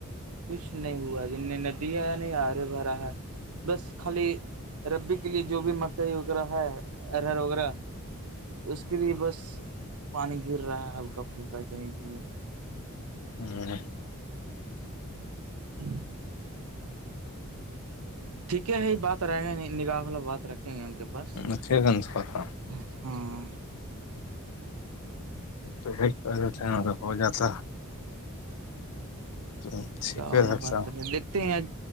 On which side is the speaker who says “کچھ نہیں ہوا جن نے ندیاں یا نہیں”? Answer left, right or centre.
Right